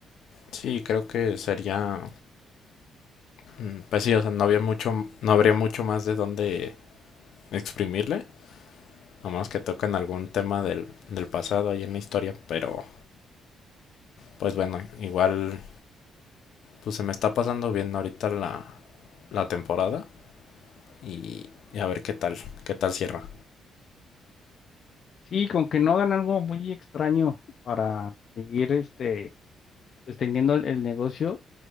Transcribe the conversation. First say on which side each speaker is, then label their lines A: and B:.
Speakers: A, on the left; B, on the left.
A: Sí, creo que sería... mm, Pues sí, o sea, no había mucho, no habría mucho más de dónde exprimirle. A menos que toquen algún tema del, del pasado ahí en la historia. Pero, pues bueno, igual, pues se me está pasando bien ahorita la, la temporada. y, y a ver qué tal, qué tal cierra.
B: Sí, con que no hagan algo muy extraño para seguir, este pues, teniendo el, el negocio,